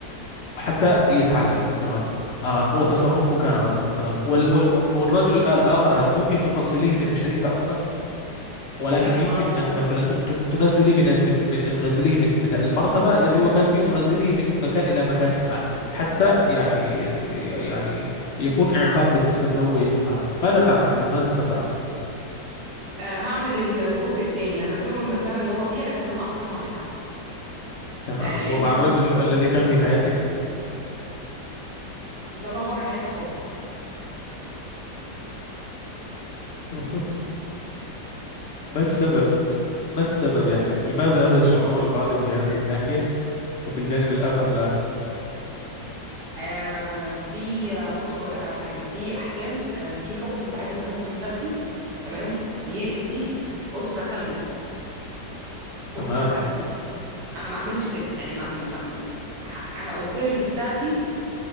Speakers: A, on the left; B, on the right.
A: حتى يتعلم تمام آه وتصرفه كان غلط تمام وال- وال- والرجل الاخر هذا ممكن تفصليه من الشركه اصلا ولكن
B: لا
A: يمكن
B: ما ما
A: ان مثلا ت- ت- تنزلي من من من تنزليه من من المرتبه الذي هو كان فيه تنزليه من مكان الى مكان ما حتى يعني يعني يكون عقاب بالنسبه له ويتفهم ماذا تعتقد ماذا تفعلين
B: آه، هعمل الجزء التاني هنزله من المرتبة اللي هو فيها لكن لن افصله عن العمل
A: تمام
B: آه، لان
A: ومع
B: بشوف
A: الرجل الذي كان في حياتك
B: بطلعه بره حياتي خالص
A: <laughs> ما السبب ما السبب يعني لماذا هذا الشعور الغاضب في هذه الناحية وفي الجانب الآخر لا
B: آه في آه، بص هقول لك على حاجه في احكام آه في حكم ساعات انت ممكن تاخده تمام يأذي اسره كامله
A: تمام
B: اسره كامله انا ما اعملش كده يعني ما, ما ما- ح- انا اوثوريتي بتاعتي